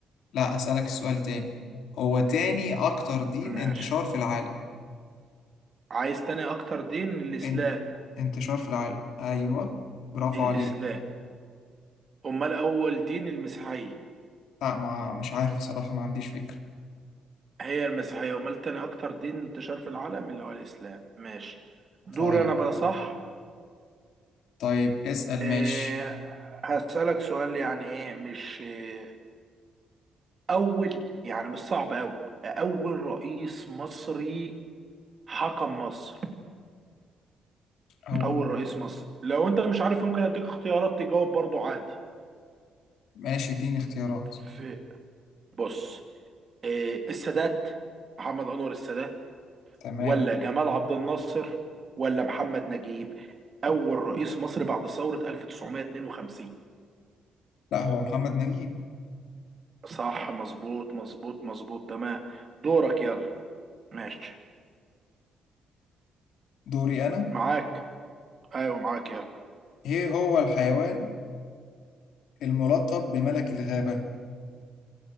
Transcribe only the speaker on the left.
لا اسالك السؤال تاني هو تاني اكتر دين
انتشار في العالم
ان... انتشار في العالم ايوه برافو
عليك
لا ما مش عارف صراحة ما عنديش فكرة
طيب
طيب اسال
ماشي
هو
ماشي اديني اختيارات
تمام
لا هو محمد نجيب
دوري انا
ايه هو الحيوان الملقب بملك الغابة